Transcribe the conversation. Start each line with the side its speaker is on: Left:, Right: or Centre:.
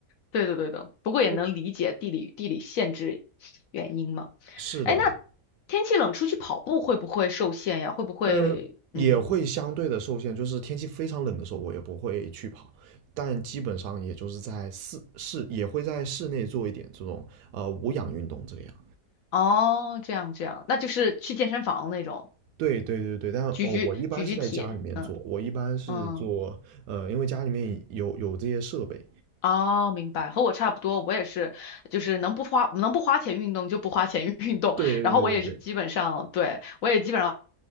Left: 对的，对的，不过也能理解地理地理限制原因嘛。
Right: 嗯是的，
Left: 哎，那天气冷出去跑步会不会受限呀？会不会嗯
Right: 嗯，也会相对的受限，就是天气非常冷的时候，我也不会去跑，但基本上也就是在室室也会在室内做一点这种呃无氧运动这个样。
Left: 哦这样这样，那就是去健身房那种
Right: 对对对对，但哦，
Left: 举举举举铁，
Right: 我一般是在家里面做，
Left: 嗯
Right: 我一般是做呃，
Left: 嗯
Right: 因为家里面有有这些设备。
Left: 哦，明白，和我差不多，我也是，就是能不花能不花钱运动就不花钱 <laughs> 运动，
Right: 对对对对对，
Left: 然后我也是基本上，对，我也基本上